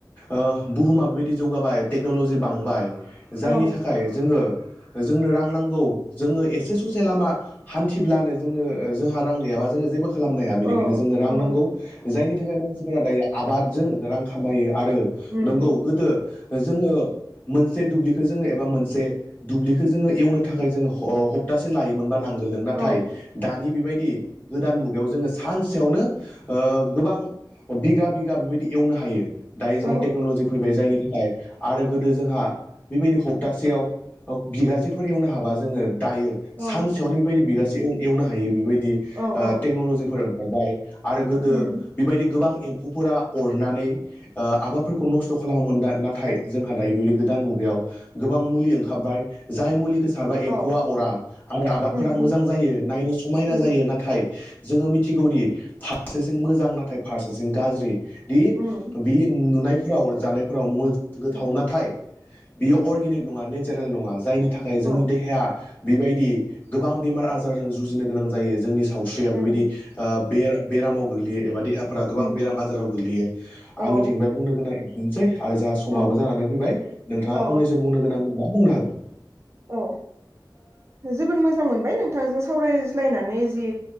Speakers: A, on the left; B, on the right.
A: ओ बुहुमा बेबायदि जौगाबाय टेकन'लजि बा बांबाय जायनि
B: औ
A: थाखाय जोङो जोंनो रां नांगौ जोङो एसे ससे लामा हान्थिब्लानो जोंनो जोंहा रां गैयाबा जोङो जेबो खालामनाया बेनिखायनो
B: औ
A: जोंनो
B: औ
A: रां नांगौ जायनि थाखाय मानसिफोरा दायो आबादजों रां खामायो आरो
B: उम
A: नोंगौ गोदो जोङो मोनसे दुब्लिखौ जोङो एबा मोनसे दुब्लिखौ जोङो एवनो थाखाय जोङो ह हबतासे लायोमोनबा नांगोलदों नाथाय
B: औ
A: दानि बेबायदि गोदान मुगायाव जोङो सानसेयावनो ओ गोबां बिगा-बिगा बेबायदि एवनो हायो दायो जोंहा
B: औ
A: टेक्न'लजि फैबाय जायनि थाखाय आरो गोदो जोंहा बेबायदि हप्तासेयाव बिगासेफोर एवनो हाबा जोङो दायो
B: औ
A: सानसेयावनो बेबायदि बिगासे एवनो हायो बेबायदि
B: औ औ
A: टेक्न'ल'जिफोर ओंखारबाय। आरो गोदो
B: उम
A: बेबायदि गोबां एम्फौफोरा अरनानै आबादफोरखौ नस्थ' खालामो मोन नाथाय जोंहा दायो बेबायदि गोदान मुगायाव गोबां मुलि ओंखारबाय जाय मुलि खौ सारबा
B: औ
A: एम्फौआ अरा आरो आबादफोरा
B: उम उम
A: मोजां जायो नायनो समायना
B: उम
A: जायो नाथाय जोङो मिथिगौदि फारसेथिं मोजां नाथाय फारसेथिं गाज्रि बि
B: उम
A: बि नुनाय फोराव जानायफोराव गोथाव
B: औ
A: नाथाय बियो अर्गेनिक नङा नेचारेल नङा जायनि थाखाय
B: औ
A: जोंनि देहाया बेबायदि गोबां बेमार आजारजों जुजिनो गोनां जायो । जोंनि सावस्रिया बेबायदि
B: उम
A: ओ बेर बेरामाव गोग्लैयो एबा देहा फोर गोबां
B: उम
A: बेराम आजाराव गोग्लैयो।
B: औ
A: आंनिथिंबाय बुंनो गोनां एसेनोसै। आरो जोंहा समाबो
B: औ
A: जानानै फैबाय नोंथाङा
B: औ
A: फंनैसो बुंनो गोनां दंबा बुंनो हागोन।
B: औ जोबोद मोजां मोनबाय नोंथांजों सावरायज्लायनानै जि